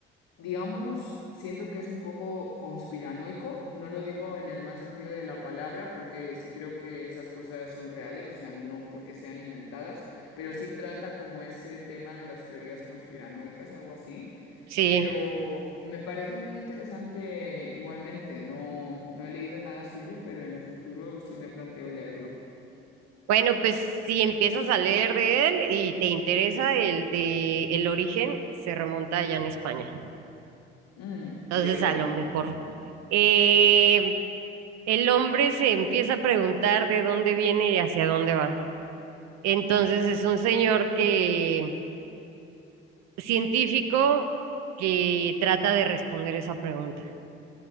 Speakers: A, on the left; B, on the right.
A: digamos, siento que es un poco conspiranoico. No lo digo en el mal sentido de la palabra, porque sí creo que esas cosas son reales, o sea, no porque sean inventadas, pero sí trata como ese tema de las teorías conspiranoicas, algo así.
B: Sí.
A: Pero me parece muy interesante igualmente. No, no he leído nada suyo, pero en un futuro sí me planteo leerlo.
B: Bueno, pues si empiezas a leer de él y te interesa el de El origen, se remonta allá en España.
A: Mm,
B: Entonces,
A: ¿y de qué
B: a
A: va?
B: lo mejor. eh, el hombre se empieza a preguntar de dónde viene y hacia dónde va. Entonces, es un señor que, científico, que trata de responder esa pregunta.